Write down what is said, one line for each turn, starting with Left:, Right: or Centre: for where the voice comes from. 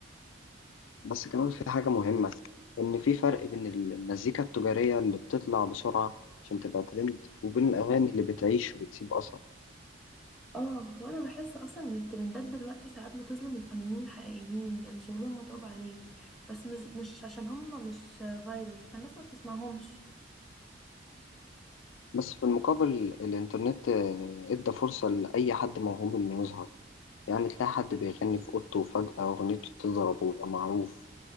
Left: بس كمان في حاجه مهمه ان في فرق بين المزيكا التجاريه اللي بتطلع بسرعه عشان تبقى ترند وبين الاغاني اللي بتعيش وبتسيب اثر
Centre: اه وانا بحس اصلا ان الترندات دلوقتي ساعات بتظلم الفنانين الحقيقيين اللي شغلهم متعوب عليه بس مش, مش عشان هم مش فايرل فالناس ما بتسمعهمش
Left: بس في المقابل الانترنت آه، ادى فرصه لاي حد موهوب انه يظهر يعني تلاقي حد بيغني في أوضته وفجأة أغنيته تضرب ويبقى معروف